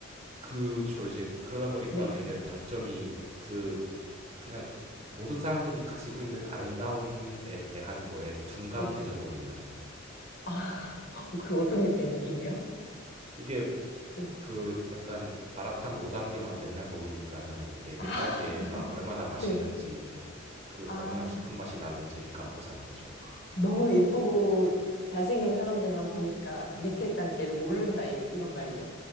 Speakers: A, on the right; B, on the left.
A: 그쵸 이제 그러다 보니까는
B: 네,
A: 이제 단점이 그 그냥 모든 사람들이 가지고 있는 아름다움에 대한 거에 둔감해져
B: 네.
A: 버리는
B: 아, <laughs> 그 어떤 느낌이에요?
A: 이게
B: 네.
A: 그 약간 마라탕 5단계만 맨날 먹으니까는 이게
B: <laughs>
A: 1단계가
B: 아,
A: 얼마나 맛있는지
B: 네.
A: 이제 그
B: 아,
A: 얼마나 깊은 맛이 나는지를 까먹고 사는 거죠.
B: 너무 예쁘고 잘생긴 사람들만 보니까 밑에 단계를 모른다 이- 이런 말이죠.